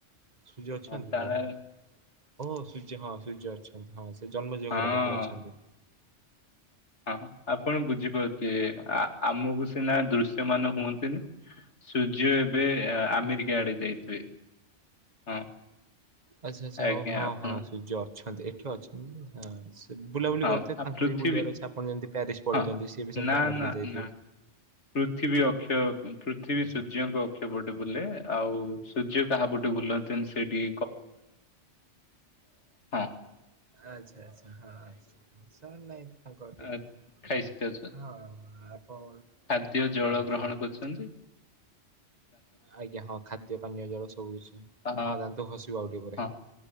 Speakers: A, on the right; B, on the left.
A: ସୂର୍ଯ୍ୟ ଅଛନ୍ତି?
B: ହଁ ତାହଲେ
A: ଓହୋ। ଓ ସୂର୍ଯ୍ୟ ହଁ ସୂର୍ଯ୍ୟ ଅଛନ୍ତି। ହଁ ସେ ଜନ୍ମଜ
B: ହଁ
A: ଘର ପାଖରେ ଅଛନ୍ତି।
B: ହଁ ଆପଣ ବୁଝିପାରୁଥିବେ? ଆମକୁ ସିନା ଦୃଶ୍ୟ ମାନ ହୁଅନ୍ତିନି? ସୂର୍ଯ୍ୟ ଏବେ ଆମେରିକା
A: ହୁଁ ହୁଁ।
B: ଆଡେ ଯାଇଥିବେ। ହଁ।
A: ଆଚ୍ଛା ଆଚ୍ଛା
B: ଆଜ୍ଞା
A: ଓ ହଁ
B: ଆପଣ
A: ହଁ ସୂର୍ଯ୍ୟ ଅଛନ୍ତି। ଏଠି ଅଛନ୍ତି ହଁ, ସେ ବୁଲାବୁଲି
B: ହଉ
A: କରୁଥିବେ
B: ଆ
A: ତାଙ୍କର
B: ପୃଥିବୀ
A: ବି ବୁଲିବାର ଅଛି। ଆପଣ ଯେମିତି ପ୍ୟାରିସ୍ ପଳେଇଛନ୍ତି,
B: ହଁ
A: ସିଏ ବି ସେମିତି
B: ନା
A: ଆମେରିକା
B: ନା
A: ଯାଇଥିବେ?
B: ନା ପୃଥିବୀ ଅକ୍ଷୟ ପୃଥିବୀ
A: ଆଚ୍ଛା।
B: ସୂର୍ଯ୍ୟଙ୍କ ପଟେ ବୁଲେ ଆଉ ସୂର୍ଯ୍ୟ କାହା ପଟେ ବୁଲନ୍ତି? ସେଇଠୁ <unintelligible>
A: ଆଚ୍ଛା ଆଚ୍ଛା ହଁ ସାର୍ ନାଇଁ <unintelligible>
B: ଆ, ଖାଇସାରିଛନ୍ତି
A: ହଁ ଆପଣ
B: ଖାଦ୍ୟ ଜଳ
A: ହଁ
B: ଗ୍ରହଣ
A: ଖାଇଦିଅନ୍ତୁ।
B: କରୁଛନ୍ତି।
A: ଆଜ୍ଞା, ହଁ ଖାଦ୍ୟ ପାନୀୟ ଜଳ ସବୁ କିଛି
B: ଆ
A: ହଁ ଦାନ୍ତ ଖସିବ ଆଉ ଟିକେ ପରେ।
B: ହଁ